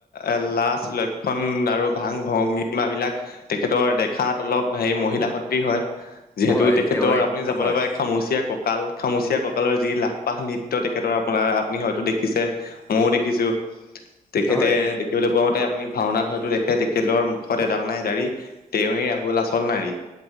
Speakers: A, on the left (about 80°); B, on the left (about 15°).
A: এ লাজ লক্ষণ আৰু ভাং ভঙিমা বিলাক তেখেতৰ দেখাত অলপ হেৰি মহিলা সদৃ হয় যিহেতু
B: হয়
A: তেখেতৰ
B: তেওঁ
A: আপুনি যাবলৈ
B: হয়
A: পায় খামুচীয়া কঁকাল খামুচিয়া কঁকালৰ যি লাভ পাহ নৃত্য তেখেতৰ আপোনাৰ আপুনি হয়তো দেখিছে ময়ও দেখিছো তেখেতে
B: হয়
A: দেখিবলৈ পোৱা মতে আপুনি ভাওনাত হয়তো দেখে তেখেতেলৰ মুখত এডাল নাই দালি তেৱে আচ চল নাৰী